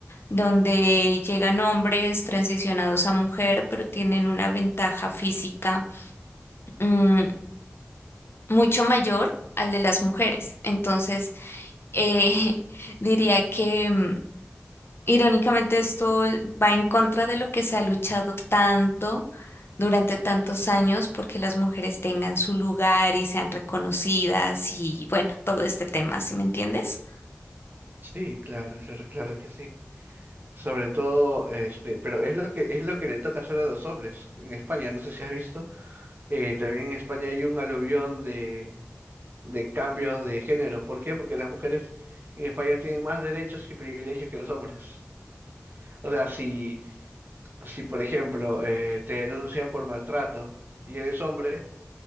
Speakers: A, on the left; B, on the right.
A: donde llegan hombres transicionados a mujer, pero tienen una ventaja física mm, mucho mayor al de las mujeres. Entonces, eh, <laughs> diría que mm, irónicamente esto va en contra de lo que se ha luchado tanto durante tantos años porque las mujeres tengan su lugar y sean reconocidas y bueno, todo este tema, ¿sí me entiendes?
B: Sí, claro, claro, claro que sí. Sobre todo, este, pero es lo que es lo que le toca hacer a los hombres en España. No sé si has visto. eh, también en España hay un aluvión de, de cambios de género. ¿Por qué? Porque las mujeres en España tienen más derechos y privilegios que los hombres. O sea, si, si por ejemplo, eh, te denuncian por maltrato y eres hombre,